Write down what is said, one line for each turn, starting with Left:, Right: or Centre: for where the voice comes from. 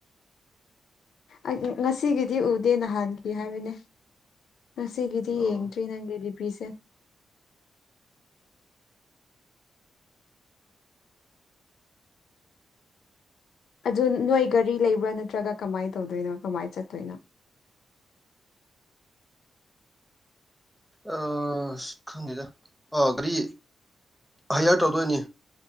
Left: ꯑꯩ ꯉꯁꯤꯒꯤꯗꯤ ꯎꯗꯦ ꯅꯍꯥꯟꯒꯤ ꯍꯥꯏꯕꯅꯦ ꯉꯁꯤꯒꯤꯗꯤ
Centre: ꯑꯣ
Left: ꯌꯦꯡꯗ꯭ꯔꯤ ꯅꯪꯒꯤ ꯗꯤꯄꯤꯁꯦ ꯑꯗꯨ ꯅꯣꯏ ꯒꯔꯤ ꯂꯩꯕ꯭ꯔꯥ ꯅꯠꯇ꯭ꯔꯒ ꯀꯃꯥꯏ ꯇꯧꯗꯣꯏꯅꯣ ꯀꯃꯥꯏ ꯆꯠꯇꯣꯏꯅꯣ
Centre: ꯑꯁ ꯈꯪꯗꯦꯗ ꯑꯥ ꯒꯥꯔꯤ ꯍꯥꯏꯌ꯭ꯔ ꯇꯧꯗꯣꯏꯅꯤ